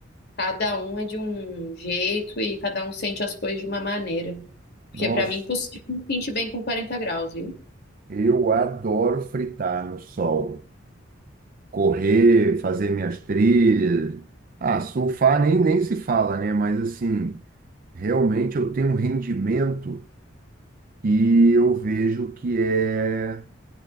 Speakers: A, on the left (about 55°); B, on the right (about 45°).
A: cada um é de um jeito e cada um sente as coisas de uma maneira. Porque
B: Nossa,
A: para mim é impossível me sentir bem com quarenta graus, viu?
B: eu adoro fritar no sol, correr, fazer minhas trilhas. Ah, surfar nem, nem se fala, né? Mas assim, realmente eu tenho um rendimento e eu vejo que é,